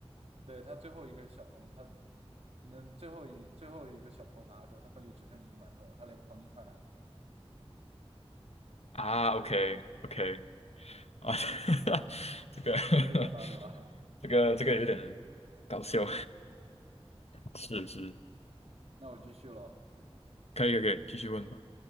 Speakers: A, on the right; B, on the left.
A: 对，他最后一个小朋友，他嗯那最后一最后一个小朋友拿的时候，他本里只剩一个馒头了他连盆一块拿走了，
B: 啊，OK OK 啊，<laughs> 这个
A: 没有想到对吧？
B: <laughs> 这个这个有点搞笑，<laughs> 是是，
A: <laughs> 那我继续喽。
B: 可以可以，继续问吧。